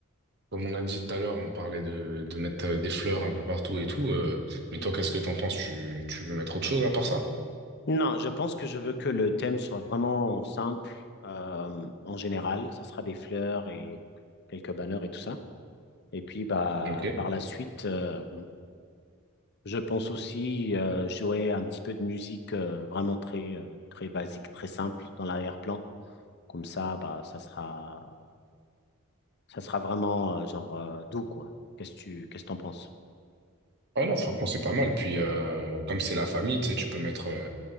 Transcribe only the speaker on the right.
comme on l'a dit tout à l'heure, on parlait de, de mettre euh, des fleurs un peu partout et tout, euh, mais toi, qu'est-ce que t'en penses? Tu, tu veux mettre autre chose à part ça?
Ok.
Ouais, non, franchement, c'est pas mal. Puis, euh, comme c'est la famille, tu sais, tu peux mettre, euh,